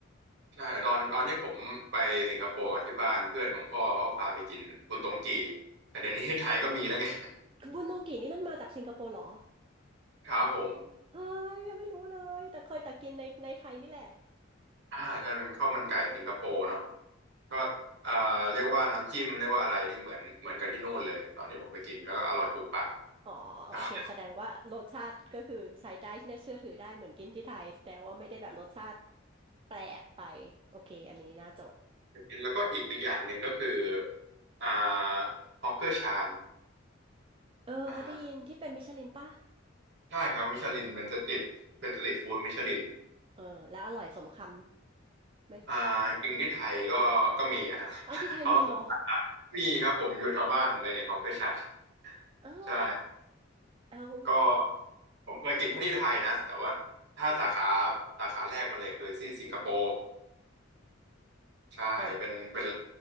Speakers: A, on the right; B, on the right.
A: ใช่ตอนตอนที่ผมไปสิงคโปร์กับที่บ้านเพื่อนของพ่อเขาก็พาไปกินบุนตงกีแต่เดี๋ยวนี้ที่ไทยก็มีแล้วไง
B: บุนโนกินี่มันมาจากสิงคโปร์เหรอ
A: <laughs> ครับผม
B: เฮ้ยยังไม่รู้เลยแต่เคยแต่กินในในไทยนี่แหละ
A: อ่าใช่เป็นข้าวมันไก่สิงคโปร์เนาะก็เอ่อเรียกว่าน้ำจิ้มเรียกว่าอะไรนี่เหมือนเหมือนกับที่นู่นเลยตอนที่ผมไปกินแล้วก็อร่อยถูกปาก
B: อ๋อโอเคแสดงว่ารสชาติก็คือใช้ได้เน่าเชื่อถือได้เหมือนกินที่ไทยแสดงว่าไม่ได้แบบรสชาติ
A: <laughs>
B: แปลกไปโอเคอันนี้น่าจด
A: ไปกินแล้วก็อีกอีกอย่างหนึ่งก็คืออ่าฮอกเกอร์ชาน
B: เออเคยได้ยินที่เป็นมิชลินป่ะ
A: อ่าใช่ครับมิชลินเป็นสตรีทเป็นสตรีทฟู้ดมิชลิน
B: เออแล้วอร่อยสมคำไหม
A: อ่าจริงที่ไทยก็ก็มีอะฮะ
B: เอาที่ไทยมีเหรอ
A: <laughs> เขาว่าเปิดรานมีครับผมอยู่แถวบ้านผมเลยเนี่ยเขาเคยฉาย
B: เอ้า
A: ใช่
B: เอ้า
A: ก็ผมเคยกินแค่ที่ไทยนะแต่ว่าถ้าสาขาสาขาแรกมาเลยคือที่สิงคโปร์ใช่เป็นเป็น
B: เออ